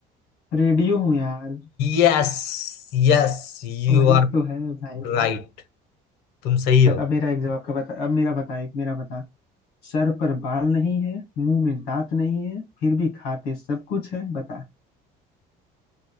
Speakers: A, on the left (about 65°); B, on the left (about 80°).
A: रेडियो हूँ यार
B: Yes yes you
A: वही
B: are
A: तो है भाई
B: right तुम सही
A: चल
B: हो
A: अब मेरा एक जवाब का बता अब मेरा बता एक मेरा बता सर पर बाल नहीं है मुंह में दांत नहीं है फिर भी खाते सब कुछ है बता